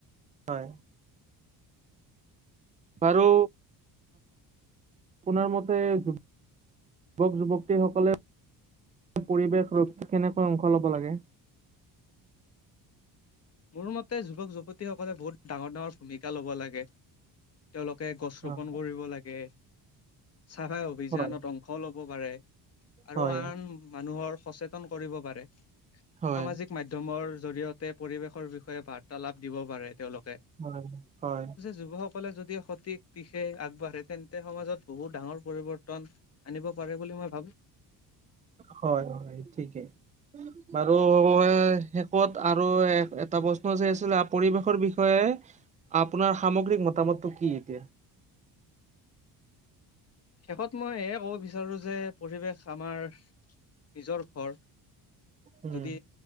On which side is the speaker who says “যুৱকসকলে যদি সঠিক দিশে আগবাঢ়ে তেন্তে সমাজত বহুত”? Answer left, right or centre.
Left